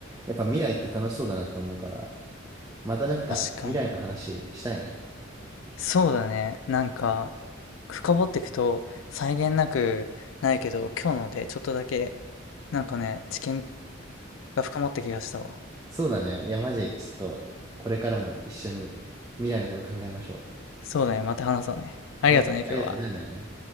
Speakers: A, on the right; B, on the left.
A: やっぱ未来って楽しそうだなと思うから、またなんか未来の話したいね。
B: 確かに。そうだね。なんか、深掘っていくと、際限なくないけど、今日のでちょっとだけ、なんかね、知見が深まった気がしたわ。
A: そうだね。いや、マジ、ちょっと、これからも一緒に未来のこと考えましょ
B: そうだね、また話そうね。ありがとうね、
A: う。はい、
B: 今日は。
A: ありがとう。じゃあね。